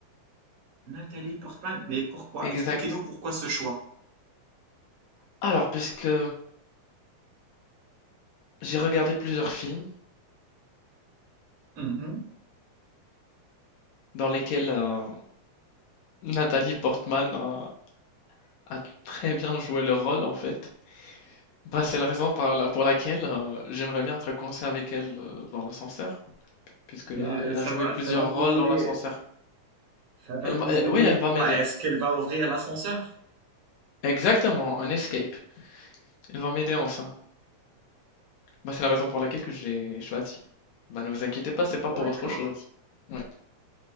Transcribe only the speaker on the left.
Exact.
Alors, puisque j'ai regardé plusieurs films
dans lesquels euh, Nathalie Portman a, a très bien joué le rôle, en fait, bah, c'est la raison par la- pour laquelle euh, j'aimerais bien être coincé avec elle euh, dans l'ascenseur, puisque
là,
elle
a joué
plusieurs
rôles
dans l'ascenseur.
Elle
m'a- eh,
oui,
elle
va m'aider.
Exactement, un escape. Elle va m'aider en ça. Bah, c'est la raison pour laquelle que je l'ai choisi. Bah, ne vous inquiétez pas, c'est
pas pour autre chose. Ouais.